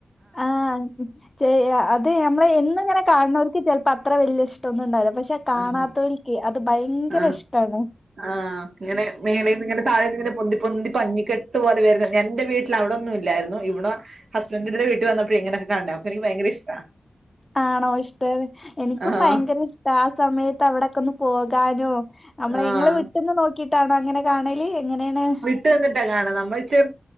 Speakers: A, on the left; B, on the right.
A: ആഹ് ചെയ അത് നമ്മള് എന്നും ഇങ്ങനെ കാണണവർക്ക് ചെലപ്പോ അത്ര വല്യ ഇഷ ടാ ഒന്നും ഇണ്ടാവില്ല പക്ഷെ കാണാത്തവരിക്ക്
B: ആഹ്
A: അത് ഭയങ്കര
B: ആഹ്
A: ഇഷ്ടമാണ്
B: ആഹ് ഇങ്ങനെ മേളീനിങ്ങനെ താഴെ നിങ്ങെ പൊന്തി പൊന്തി പഞ്ഞിക്കെട്ട് പോലെ വരുന്ന ഞാ എന്റെ വീട്ടിൽ അവിടൊന്നും ഇല്ലായിരുന്നു ഇവിടെ ഹസ്ബന്ഡറിന്റെടെ വീട്ട് വന്നപ്പോഴ എങ്ങനൊക്കെ കണ്ടണെ അപ്പ എനിക്ക് ഭയങ്കര ഇഷ്ട
A: ആണോ ഇഷ്ട എനിക്കും
B: ആഹ്
A: ഭയങ്കരഷ ആഹ് സമയത്ത് അവിടെക്കെ ഒന്ന് പോകാനോ നമ്മള
B: ആഹ്
A: നിങ്ങള്ൾ വിട്ടന്ന് നോക്കിട്ടാണോ അങ്ങനെ കാണല് എങ്ങനെയാണ്
B: ട്ട കാണാം നമ്മള